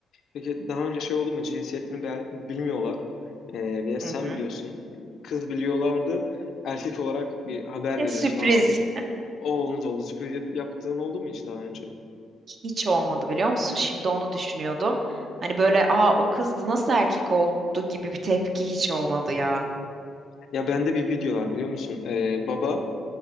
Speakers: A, on the left; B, on the right.
A: Peki daha önce şey oldu mu? Cinsiyetini bel- bilmiyorlar. Ee, veya sen
B: Hı hı.
A: biliyorsun. Kız biliyorlardı. Erkek olarak bir haber
B: E,
A: veriyorsun.
B: sürpriz.
A: Aa, oğlunuz oldu. Sürpriz yap- yaptığın oldu mu hiç daha önce?
B: Hiç olmadı biliyor musun? Şimdi onu düşünüyordum. Hani böyle aa o kızdı nasıl erkek oldu gibi bir tepki hiç olmadı ya.
A: Ya bende bir video var biliyor musun? Ee, baba